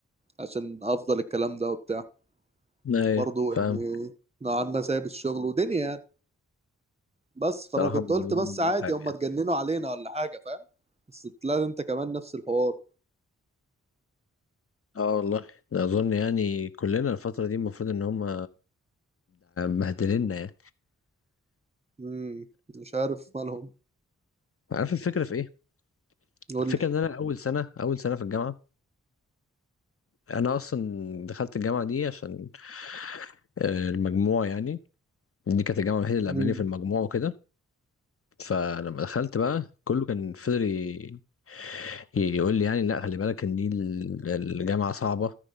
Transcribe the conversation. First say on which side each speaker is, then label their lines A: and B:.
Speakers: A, on the right; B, on the left.
A: عشان افضل الكلام ده وبتاع
B: ايوه
A: برضه
B: فاهم
A: يعني نوعا ما سايب الشغل ودنيا يعني بس فانا
B: بصراحه
A: كنت
B: الموضوع
A: قلت بس
B: متعب
A: عادي هم
B: يعني
A: اتجننوا علينا ولا حاجه فاهم بس طلعت انت كمان نفس الحوار
B: اه والله ده اظن يعني كلنا الفتره دي المفروض ان هم مبهدلنا يعني
A: امم مش عارف مالهم
B: عارف الفكرة في ايه؟
A: قول
B: الفكرة
A: لي
B: ان انا اول سنة اول سنة في الجامعة انا اصلا دخلت الجامعة دي عشان آه، المجموع يعني دي كانت الجامعة الوحيدة اللي
A: امم
B: قبلاني في المجموع وكده فلما دخلت بقى كله كان فضل ي- يقول لي يعني لا خلي بالك ان دي ال- الجامعة صعبة